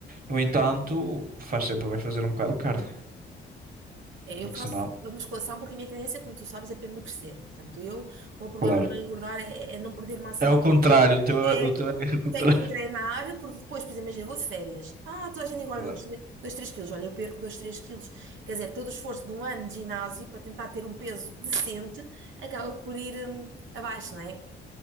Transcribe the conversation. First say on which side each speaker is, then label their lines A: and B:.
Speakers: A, on the right (about 45°); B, on the right (about 75°).
A: No entanto, faz sempre bem fazer um bocado de cardio,
B: é,
A: porque
B: Eu faço
A: senão,
B: a musculação porque a minha tendência, como tu sabes, é para emagrecer. Portanto, eu, o meu problema
A: claro.
B: não é engordar, é, é não perder massa.
A: É
B: muscular.
A: o contrário, o teu,
B: É,
A: o teu é o contrário.
B: eu tenho que treinar
A: <laughs>
B: porque depois, por exemplo, imagina, eu vou de férias. Ah, toda a gente engorda
A: Claro,
B: 2 3 quilos. Olha, eu perco 2 3 quilos. Quer dizer, todo o esforço de um ano de ginásio para tentar ter um peso decente acaba por ir hum, abaixo, não é?